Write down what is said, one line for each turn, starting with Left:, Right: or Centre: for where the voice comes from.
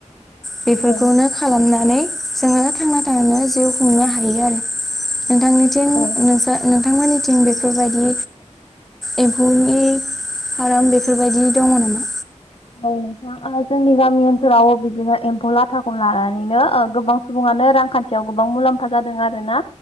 Centre: बेफोरखौनो
Left: औ
Centre: खालामनानै जोङो थांना थांनो जिउ खुंनो हायो आरो नोंथांनि थिं
Left: औ
Centre: नोंसा नोंथांमोननिथिं बेफोरबायदि एम्फौनि फार्म बेफोरबायदि दङ नामा?
Left: औ नोंथां ओहो जोंनि गामि ओनसोलाव बिदिनो एम्फौ लाथाखौ लानानैनो ओ गोबां सुबुंङानो रांखान्थियाव गोबां मुलाम्फा जादों आरोना।